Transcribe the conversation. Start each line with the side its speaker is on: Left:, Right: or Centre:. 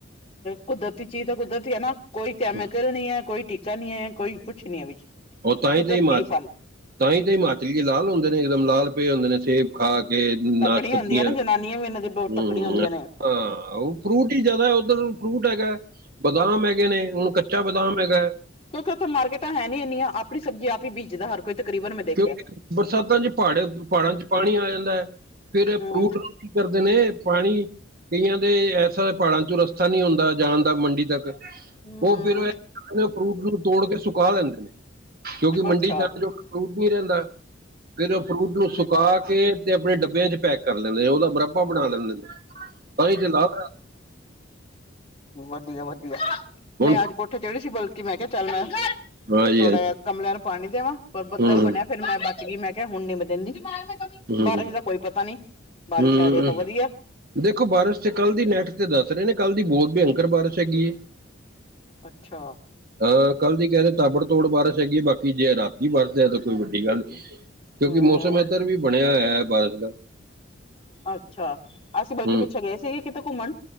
Left: ਕੁਦਰਤੀ ਚੀਜ਼ ਤਾ ਕੁਦਰਤੀ ਐ ਨਾ, ਕੋਈ ਕੈਮਿਕਲ
Right: ਹੋ।
Left: ਨੀ ਐ ਕੋਈ ਟੀ ਕਾ ਨੀ ਐ, ਕੋਈ ਕੁੱਛ ਨੀ ਐ ਵਿੱਚ।
Right: ਔ ਤਾਂਹੀ
Left: ਕੁਦਰਤੀ
Right: ਤੇ ਹਿਮਾਚ
Left: ਫਲ
Right: ਤਾਹੀ ਤੇ ਹਿਮਾਚਲੀਏ ਲਾਲ ਹੂੰਦੇ ਨੇ ਇਕਦਮ ਲਾਲ ਪਏ ਹੁੰਦੇ ਨੇ ਸੇਬ ਖਾ ਕੇ ਨਾਸ਼ਪਤੀਆ
Left: ਤਕੜੀਆਂ ਹੁੰਦੀਆਂ ਨਾ
Right: ਹੂੰ-ਹੂੰ।
Left: ਜਨਾਨੀਆਂ ਵੀ ਇਹਨਾਂ ਦੀ ਬਹੁਤ ਤਕੜੀਆਂ ਹੁੰਦੀਆਂ ਨੇ
Right: ਹਾਂ ਉਹ ਫਰੂਟ ਹੀ ਜਾਦਾ ਉੱਧਰ ਫਰੂਟ ਹੈਗਾ। ਬਦਾਮ ਹੈਗੇ ਨੇ ਹੁਣ ਕੱਚਾ ਬਦਾਮ ਹੈਗਾ।
Left: ਕਿਉਂਕਿ ਉੱਥੇ ਮਾਰਕਿਟਾ ਹੈ ਨੀ ਇਨੀਆ ਆਪਣੀ ਸਬਜ਼ੀ ਆਪ ਹੀ ਬੀਜਦਾ ਹਰ ਕੋਈ ਤਕਰੀਬਨ ਮੈਂ ਦੇਖਿਆ
Right: ਕਿਉਂਕਿ ਬਰਸਾਤਾਂ ਚ ਪਹਾੜੇ ਪਹਾੜਾਂ ਚ ਪਾਨੀ ਆ ਜਾਂਦਾ ਫਿਰ ਫਰੂਟ
Left: ਹਮ
Right: ਕੀ ਕਰਦੇ ਨੇ ਪਾਨੀ ਕਈਆਂ ਦੇ ਐਸਾ ਪਾੜਾਂ ਚੋਂ ਰਸਤਾ ਨੀ ਹੁੰਦਾ ਜਾਣ ਦਾ ਮੰਡੀ ਤੱਕ।
Left: ਹਮ
Right: ਉਹ ਫਿਰ <inaudible> ਫਰੂਟ ਨੂੰ ਤੋੜ ਕੇ ਸੁਕਾ ਲਿੰਦੇ ਨੇ, ਕਿਉਂਕਿ ਮੰਡੀ
Left: ਅੱਛਾ
Right: ਚ ਜਾਣ ਜੋ ਫਰੂਟ ਨੀ ਰੇੰਦਾ, ਫਿਰ ਉਹ ਫਰੂਟ ਨੂੰ ਸੁੱ ਕਾ ਕੇ ਤੇ ਆਪਣੇ ਡੱਬਿਆਂ ਚ ਪੈਕ ਕਰ ਲੈਂਦੇ ਨੇ ਉਦਾ ਮੁਰੱਬਾ ਬਣਾ ਲੈਂਦੇ ਨੇ। ਤਾਈ ਤੇ ਲਾਲ
Left: ਵਧੀਆ-ਵਧੀਆ ਮੈਂ
Right: ਹੁਣ
Left: ਅੱਜ ਕੋਠੇ ਚੜੀ ਸੀ ਬਲ ਕਿ ਮੈਂ ਕਿਹਾ ਚੱਲ ਮੈਂ
Right: ਹਾਂਜੀ
Left: ਥੋੜਾ
Right: ਹਾਂਜੀ
Left: ਜਿਹਾ ਗਮਲਿਆਂ ਨੂੰ ਪਾਣੀ ਦੇਵਾਂ, ਪਰ ਬੱਦਲ
Right: ਹੂੰ
Left: ਬਣਿਆ ਫਿਰ ਮੈਂ ਬਚ ਗਈ, ਮੈਂ ਕਿਹਾ ਹੁਣ ਨੀ ਮੈਂ ਦਿੰਦੀ।
Right: ਹੂੰ
Left: ਬਾਰਿਸ਼ ਦਾ ਕੋਈ ਪਤਾ ਨੀ, ਬਾਰਿਸ਼
Right: ਹੂੰ
Left: ਆ ਜਾਏ ਤਾਂ ਵਧੀਆ
Right: ਦੇਖੋ ਬਾਰਿਸ਼ ਤੇ ਕੱਲ ਦੀ ਨੈਟ ਤੇ ਦੱਸ ਰਹੇ ਨੇ ਕੱਲ੍ਹ ਦੀ ਬਹੁਤ ਭਯੰਕਰ ਬਾਰਿਸ਼ ਹੈਗੀ ਐ
Left: ਅੱਛਾ
Right: ਹਾਂ ਕੱਲ ਦੀ ਕਹਿ ਰ ਤਾਬੜ ਤੋੜ ਬਾਰਸ਼ ਹੈਗੀ ਏ। ਬਾਕੀ ਜੇ ਰਾਤੀ ਵਾਸ ਜਾਏ ਤਾਂ ਕੋਈ ਵੱਡੀ ਗੱਲ ਨਹੀਂ। ਕਿਉਂਕਿ
Left: ਹਮ
Right: ਮੌਸਮ ਏਧਰ ਵੀ ਬਣਿਆ ਹੋਇਆ ਹੈ ਬਾਰਿਸ਼ ਦਾ।
Left: ਅੱਛਾ, ਅਸੀਂ ਬਲਕਿ
Right: ਹੂੰ
Left: ਪਿੱਛੇ ਗਏ ਸੀਗੇ ਕਿਤੇ ਘੁੰਮਣ